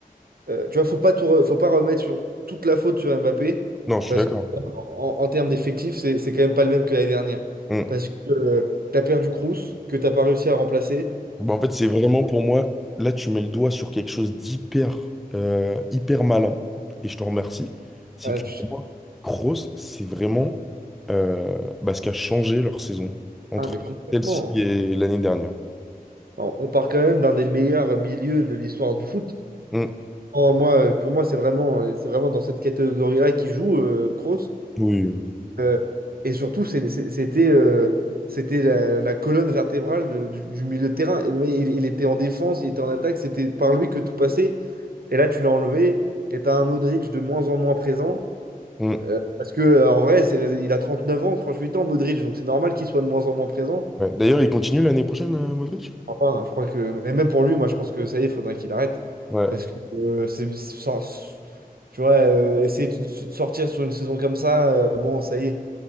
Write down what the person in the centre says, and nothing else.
Non, je
suis d'accord.
Mm.
Bah, en fait, c'est vraiment pour moi, là, tu mets le doigt sur quelque chose d'hyper euh, hyper malin, et je te remercie. C'est
que
pour moi, Kroos, c'est vraiment euh, bah, ce qui a changé leur saison entre
celle-ci et l'année dernière.
Mm.
Oui.
Mm.
Ouais. D'ailleurs, il continue l'année prochaine, euh, Modric?
Ouais,